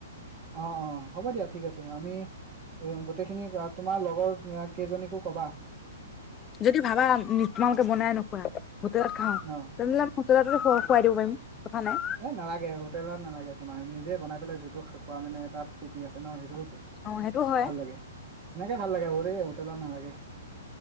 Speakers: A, on the right; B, on the left.
A: অ অ হ'ব দিয়া ঠিক আছে। আমি এ গোটেইখিনি তোমাৰ লগৰ। কেইজনীকো কবা
B: যদি ভাবা তোমালোকে বনাই নোখোৱা হোটেলত খাওঁ
A: অ
B: তেনেহলে ম। ত ত খুৱাই দিব পাৰিম। কথা নাই
A: এ নালাগে, হোটেলত নালাগে, তোমাৰ নিজে বনাই- বোলে যিটো খোৱা মানে এটা ফূৰ্তি আছে ন সেইটো-
B: অ সেইটো হয়।
A: ভাল লাগে সেনেকে ভাল লাগে, হোটে হোটেলত নালাগে।